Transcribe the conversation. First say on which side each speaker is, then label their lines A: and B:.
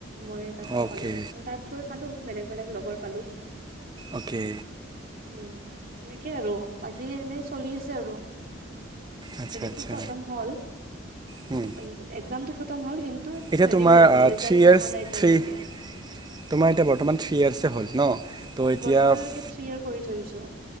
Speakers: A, on the right; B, on the right.
A: মই তাত অকলে
B: অ'কে
A: তাত গৈ পালো, বেলেগ বেলেগ লগৰ পালো'-
B: অ'কে
A: উম, সেনেকে আৰু বাকী এনেই চলি আছে আৰু
B: আচ্ছা আচ্ছা
A: তো খটম হ'ল,
B: হুম।
A: মান নে একজামটো খটম হ'ল। হ'ল। কিন্তু
B: এতিয়া
A: হেৰি
B: তোমাৰ
A: হোৱা
B: অ
A: নাই ৰিজাল্ট
B: থ্ৰী ইয়োৰ্চ,
A: অহা নাই এতিয়ালৈকে
B: থ্ৰী, তোমাৰ এতিয়া বৰ্তমান থ্ৰী ইয়োৰ্চে হ'ল ন'। ত'
A: উম
B: এতিয়া
A: বৰ্তমানলৈকে
B: ফ
A: থ্ৰী ইয়েৰ কৰি থৈ দিছো